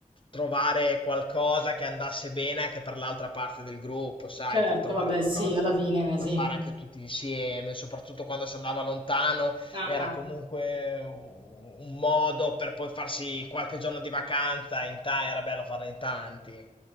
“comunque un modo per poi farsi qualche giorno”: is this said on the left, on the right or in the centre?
Left